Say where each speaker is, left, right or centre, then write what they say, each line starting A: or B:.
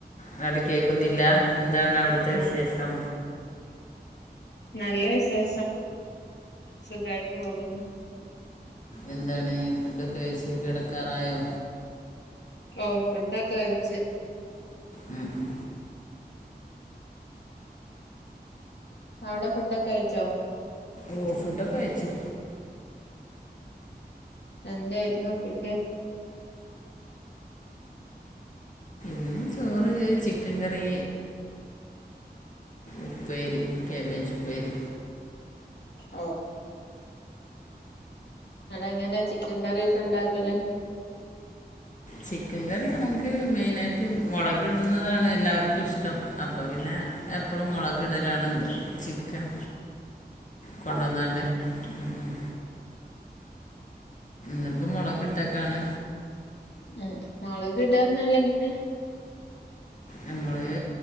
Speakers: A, on the left; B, on the left.
A: അങ്ങട്ട് കേക്കുന്നില്ല എന്താണ് അവ്ട്ത്തെ
B: ആ
A: വിശേഷം?
B: നല്ല വിശേഷം. സുഖായിട്ട് പോകുന്നു.
A: എന്താണ് ഫുഡൊക്കെ കഴിച്ച് കെടക്കാറായോ?
B: ഓഹ് ഫുഡൊക്കെ കയിച്ച്.
A: ഉം ഉം
B: അവ്ടെ ഫുഡോക്കെ ക്കഴിച്ചോ?
A: ഓഹ് ഫുഡൊക്കെകയ്ച്ചു.
B: എന്തായിരുന്നു ഫുഡ്?
A: ഇന്ന് ചോറ് ചിക്കൻ കറി ഉപ്പേരി കേബേജ് ഉപ്പേരി
B: ഓഹ് ന്നട്ടെങ്ങനെ ചിക്കൻ കറിയക്കെ ണ്ടാക്കല്
A: ചിക്കൻ കറി നമ്മക്ക് മെയിനായിട്ട് മൊളക്ട്ണതാണ് എല്ലാവർക്കും ഇഷ്ടം അപ്പ പിന്നെ എപ്പളും മുളകിടലാണെന്ത് ചിക്കൻ
B: <inaudible> <unintelligible>
A: കൊണ്ടന്നാണ്ട് ഉം ഉം ന്ന്പ്പ മൊളക് ട്ടക്കാണ്
B: ഉം മൊളക് ടാന്നറ്ഞ്ഞാലെങ്ങനെ
A: നമ്മള്